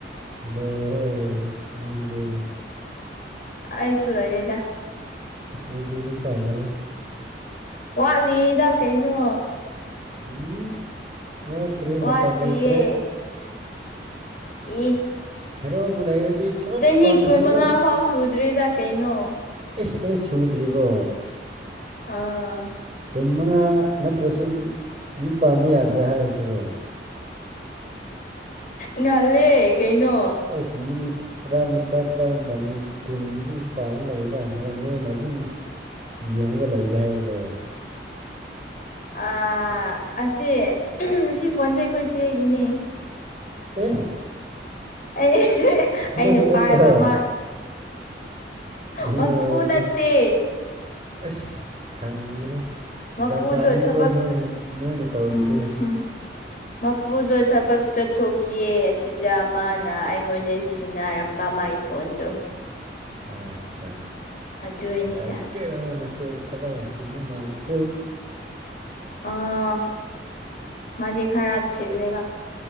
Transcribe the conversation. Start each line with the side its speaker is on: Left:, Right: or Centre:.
Right: ꯂꯣꯏꯔꯦ ꯅꯪꯗꯤ
Left: ꯑꯩꯁꯨ ꯂꯣꯏꯔꯦꯗ
Right: ꯑꯗꯨꯗꯤ ꯌꯨꯝ ꯄꯥꯂꯣꯍꯦ
Left: ꯋꯥꯠꯂꯤꯗ ꯀꯩꯅꯣ
Right: ꯎꯝ ꯋꯥꯠꯇ꯭ꯔꯤ
Left: ꯋꯥꯠꯂꯤꯌꯦ
Right: ꯃꯇꯝ ꯂꯩꯇ꯭ꯔꯦ
Left: ꯎ
Right: ꯍꯦꯔꯣꯕꯨ ꯂꯩꯔꯗꯤ ꯁꯠ
Left: ꯆꯍꯤ
Right: ꯄꯥꯜꯍꯧꯔꯣ
Left: ꯀꯨꯟꯃꯉꯥ ꯐꯥꯎ ꯁꯨꯗ꯭ꯔꯦꯗ ꯀꯩꯅꯣ
Right: ꯑꯩꯁ ꯅꯪ ꯁꯨꯗ꯭ꯔꯤꯕꯣ
Left: ꯑꯥ
Right: ꯀꯨꯟ ꯃꯉꯥ ꯅꯠꯇ꯭ꯔꯁꯨ ꯌꯨꯝ ꯄꯥꯝꯕ ꯌꯥꯗ꯭ꯔꯦ ꯍꯥꯏꯔꯁꯤꯕꯣ
Left: ꯉꯜꯂꯦ ꯀꯩꯅꯣ
Right: ꯑꯁ ꯃꯤꯠ ꯇꯔꯥꯅꯤꯄꯥꯜ ꯇꯔꯥꯃꯥꯄꯜ ꯀꯨꯜ ꯃꯨꯛ ꯄꯥꯜ ꯂꯩꯔꯤ ꯀꯥꯟꯁꯤꯗ ꯅꯣꯏꯅ ꯑꯗꯨꯝ ꯌꯦꯡꯉꯒ ꯂꯩꯒꯦ ꯍꯥꯏꯔꯣ
Left: ꯑ ꯑꯁꯦ ꯑꯁꯤ ꯐꯣꯟꯁꯦ ꯑꯩꯈꯣꯏ ꯆꯦꯒꯤꯅꯤ
Right: ꯑꯦ
Left: ꯑꯩ ꯑꯩꯅ
Right: ꯅꯪ ꯅꯠꯇ꯭ꯔꯣ
Left: ꯄꯥꯏꯕ ꯑꯃ
Right: ꯂꯣꯏꯔꯦ
Left: ꯃꯄꯨ ꯅꯠꯇꯦ
Right: ꯑꯁ ꯈꯉꯦ
Left: ꯃꯄꯨꯗꯣ
Right: ꯖꯥꯠ ꯖꯥꯠꯅꯤꯀꯣ
Left: ꯊꯕꯛ
Right: ꯅꯣꯏꯅ ꯅꯣꯏꯅ ꯇꯧꯔꯤꯁꯦ
Left: ꯎꯝ ꯍꯨꯝ ꯃꯄꯨꯗꯣ ꯊꯕꯛ ꯆꯠꯊꯣꯛꯈꯤꯑ ꯑꯗꯨꯗ ꯃꯥ ꯅ ꯑꯩꯉꯣꯟꯗ ꯁꯤꯟꯅꯔꯝꯕ ꯃꯥꯏ ꯐꯣꯟꯗꯣ
Right: ꯑꯠꯆꯥ
Left: ꯑꯗꯨꯏꯅꯤꯗ
Right: ꯌꯥꯏ ꯀꯅꯆꯦꯗ ꯊꯕꯛ ꯌꯥꯝ ꯁꯤꯟꯕ ꯃꯥꯂꯤꯛ
Left: ꯑꯥ ꯃꯥꯗꯤ ꯈꯔ ꯆꯦꯜꯂꯦꯕ